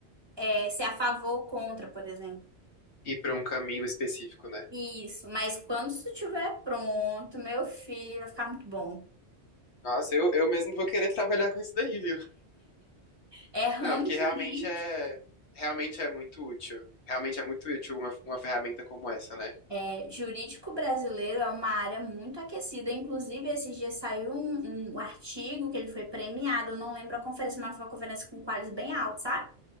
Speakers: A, on the right (about 25°); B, on the left (about 80°).
A: eh, ser a favor ou contra, por exemplo.
B: Ir pra um caminho específico, né?
A: Isso, mas quando isso estiver pronto, meu filho, vai ficar muito bom.
B: Nossa, eu, eu mesmo vou querer trabalhar com isso daí, viu?
A: É ramo
B: Não, é porque
A: jurídico.
B: realmente é, realmente é muito útil. Realmente é muito útil uma, uma ferramenta como essa, né?
A: É, jurídico brasileiro é uma área muito aquecida. Inclusive, esses dias saiu um, um artigo que ele foi premiado. Eu não lembro a conferência, mas foi uma conferência com quadros bem altos, sabe?